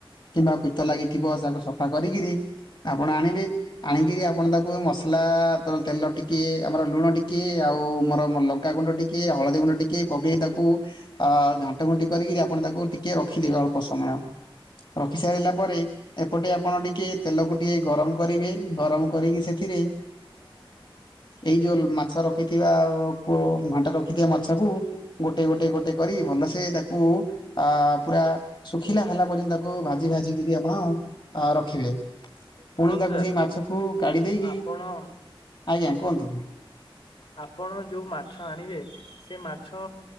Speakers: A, on the left; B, on the left.
A: କିମ୍ବା ପିତ ଲାଗିଥିବ ତାକୁ ସଫା କରିକିରି ଆପଣ ଆଣିବେ। ଆଣିକିରି ଆପଣ ତାକୁ ମସଲା ତେଲ ଟିକେ ଆମର ଲୁଣ ଟିକେ ଆଉ ମୋର ଲଙ୍କା ଗୁଣ୍ଡ ଟିକେ ହଳଦୀ ଗୁଣ୍ଡ ଟିକେ ପକେଇ ତାକୁ ଅ ଘାଣ୍ଟ ଘୁଣ୍ଟି କରି ଆପଣ ତାକୁ ଟିକେ ରଖିଦେବେ ଅଳ୍ପ ସମୟ। ରଖି ସାରିଲା ପରେ ଏପଟେ ଆପଣ ଟିକେ ତେଲକୁ ଟିକେ ଗରମ କରିବେ ଗରମ କରିକି ସେଠି ଥି ରେ ଏଇ ଯୋଉ ମାଛ ରଖିଥିବା ତା ପ ଘଣ୍ଟା ରଖିଥିବା ମାଛକୁ ଗୋଟେ ଗୋଟେ ଗୋଟେ ଗୋଟେ କରି ଭଲସେ ତାକୁ ଆ ପୁରା ଶୁଖିଲା ହେଲା ପର୍ନ୍ତ ତାକୁ ଭାଜି ଭାଜି କରିରି ଆପଣ ରଖିବେ।
B: ଶୁଣନ୍ତୁ
A: ପୁଣି ତାକୁ
B: ସାର୍
A: ସେଇ ମାଛକୁ କାଢି ଦେଇକି
B: ଆପଣ
A: ଆଜ୍ଞା କୁହନ୍ତୁ?
B: ଆପଣ ଯୋଉ ମାଛ ଆଣିବେ ସେ ମାଛ